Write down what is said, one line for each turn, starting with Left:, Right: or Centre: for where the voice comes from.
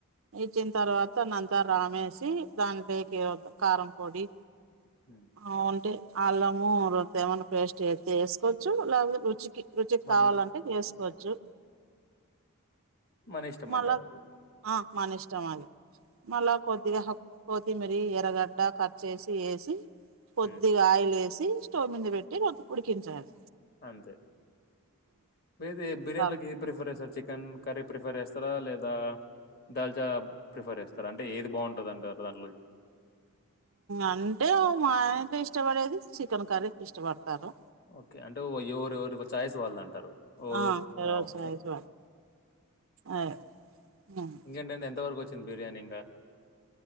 Right: ఇచ్చిన తర్వాత నంతా రామేసి దాంతోకి కారం పొడి
Left: హ్మ్.
Right: ఆవుంటే అల్లము రొంత ఏమనా పేస్ట్ ఎత్తే వేసుకోవచ్చు లేకపోతే రుచికి రుచికి
Left: మన
Right: కావాలంటే వేసుకోవచ్చు
Left: మన ఇష్టంమంటారు
Right: మళ్ళా
Left: వాళ్లు
Right: ఆ మన ఇష్టం అది మల్లా కొద్దిగా హక్ కోత్తిమీరి ఎరగడ్డ కట్ చేసి వేసి ఇ కొద్దిగా
Left: హ్మ్.
Right: ఆయిల్ వేసి పోమింద వెట్టి రోం ఉడికించాలి
Left: అంతే మీది బిర్యానీ
Right: దాల్చా
Left: లోకి ఏ ప్రిఫరేషన్ చే కెన్ కర్రీ ప్రిఫర్ చేస్తారా లేదా దాల్చా ప్రిఫర్ చేస్తారా అంటే ఏది బాగుంటుంది అంటారు దాన్లోకి
Right: అంటే మా ఇంట్లో ఇష్టపడేది చికెన్ కర్రీ ఇష్టపడతారు
Left: ఓకే అంటే ఓ ఎవరు ఎవరు ఒక చాయిస్ వాళ్ళద అంటారు ఓ
Right: ఆ ఏదో
Left: ఓకే
Right: వాళ్ళు. అదే. ఉమ్.
Left: ఇంకేంటండి ఎంత వరకు వచ్చంది చికెన్ బిర్యానీంగా